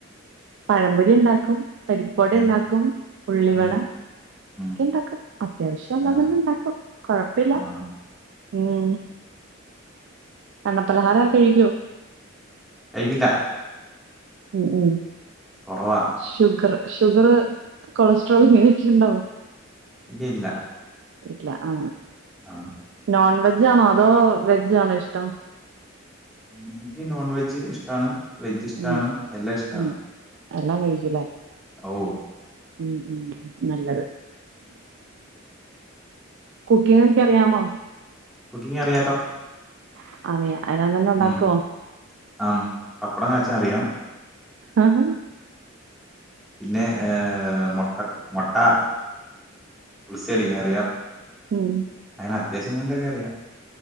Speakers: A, on the right; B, in the centre.
A: പഴംപൊരി ഉണ്ടാക്കും പരിപ്പട
B: ആ
A: ഉണ്ടാക്കും ഉള്ളിവട
B: ഉം
A: ഒക്കെ
B: ഉം
A: ഇണ്ടാക്കും അത്യാവശ്യം
B: ആ
A: എല്ലാം തന്നെ ഇണ്ടാക്കും കൊഴപ്പില്ല
B: ആണോ
A: ഉം എണ്ണപ്പലഹാരാ
B: ഉം
A: കഴിക്കുവോ
B: കഴിക്കില്ല
A: ഉം ഉം
B: കുറവാ
A: ഷുഗർ ഷുഗർ കൊളസ്ട്രോൾ ഇങ്ങനെയൊക്കെ ഇണ്ടോ
B: ഇല്ല
A: ഇല്ല ആ
B: ആ
A: നോൺ വെജ് ആണോ അതോ വെജ് ആണോ ഇഷ്ടം
B: എനിക്ക് നോൺ വെജ് ഇഷ്ടാണ് വെജ് ഇഷ്ടാണ്
A: ഉം
B: എല്ലാം ഇഷ്ടാണ്
A: ഉം എല്ലാം കഴിക്കുലെ
B: ഓ
A: ഉം ഉം നല്ലത് കുക്കിങ് ഒക്കെ അറിയാമോ
B: കുക്കിംഗ് അറിയാലോ
A: <unintelligible> ഉണ്ടാക്കുവോ
B: ഉം ആം പപ്പടം കാച്ച അറിയാം
A: ആഹ
B: പിന്നെ ഏ മൊട്ടക്ക് മൊട്ട ബുൾസയ് അടിക്കാൻ അറിയാം
A: ഉം
B: അങ്ങനെ അത്യാവശ്യം വേണ്ടൊക്കെ അിയാം